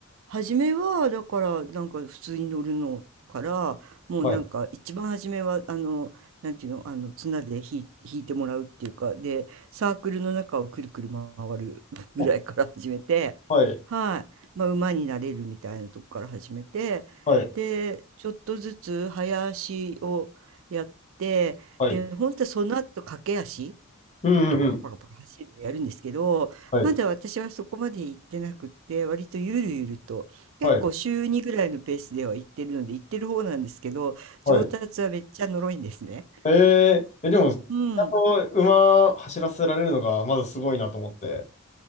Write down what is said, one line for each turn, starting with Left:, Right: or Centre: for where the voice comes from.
Right: 初めは、だから、なんか普通に乗るのから、もうなんか一番初めは、
Left: はい。
Right: あの、なんていうの、あの、綱で引い、引いてもらうっていうか、で、サークルの中をくるくる回る <laughs> ぐらいから始めて、
Left: あはい。
Right: はい。まあ、馬になれるみたいなとこから始めて、
Left: はい。
Right: で、ちょっとずつ早足をやって、
Left: はい。
Right: で、本当はその後駆け足。
Left: うんうんうん。
Right: パカパカパカパカ走るのやるんですけど、
Left: はい。
Right: まだ私はそこまで行ってなくって、割とゆるゆると、結構週2ぐらいのペースでは行ってるので、
Left: はい。
Right: 行ってる方なんですけど、
Left: はい。
Right: 上達はめっちゃ呪いんですね。
Left: えええ、でも、ちゃんと馬走らせられるのがまずすごいなと思って。
Right: うん。